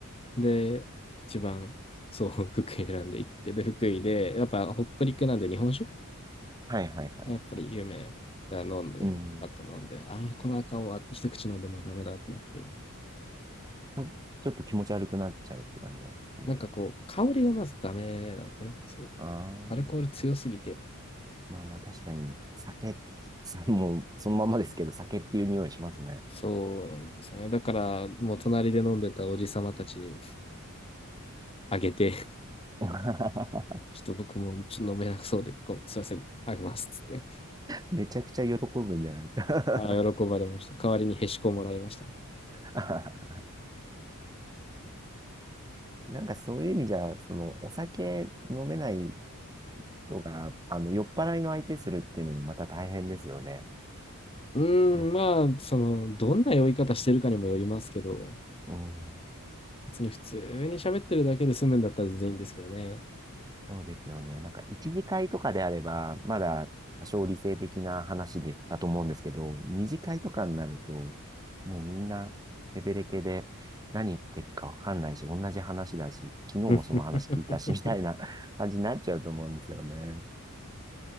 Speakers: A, on the left (about 25°); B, on the right (about 15°).
A: うで、一番そう、<laughs> 福井選んで行って、で、福井で、やっぱ北陸なんで日本酒
B: はいはいはい。
A: やっぱり有名だ、飲んで、
B: うん。
A: パッと飲んで、ああ、これあかんわって、一口飲んでもうダメだってなって、
B: まちょっと気持ち悪くなっちゃうって感じなんですかね。
A: なんかこう、香りがまずダメなんですよね。そう
B: ああ、
A: アルコール強すぎて、
B: まあまあ確かに、酒、さもうそのままですけど、酒っていう匂いしますね。
A: そうなんですよね。だから、もう隣で飲んでたおじさまたちにあげて、<laughs>
B: <laughs>
A: ちょっと僕もちょっと飲めなくそうで、ごすいません、あげますっつって。
B: めちゃくちゃ喜ぶんじゃないですか
A: ああ喜ばれました。代わりにへしこもらいました。
B: <laughs> なんかそういう意味じゃ、その、お酒飲めない人が、あの、酔っ払いの相手するっていうのもまた大変ですよね。
A: うーん、
B: よ、
A: まあ、その、どんな酔い方してるかにもよりますけど、
B: うん、
A: 別に普通に喋ってるだけで済むんだったら全然いいんですけどね。
B: そうですよね。なんか一次会とかであれば、まだ多少理性的な話です、だと思うんですけど、二次会とかになると、もうみんな、ヘベレケで、何言ってっかわかんないし、同じ話だし、昨日もその話聞いたし、
A: <laughs>
B: みたいな感じになっちゃうと思うんですよね。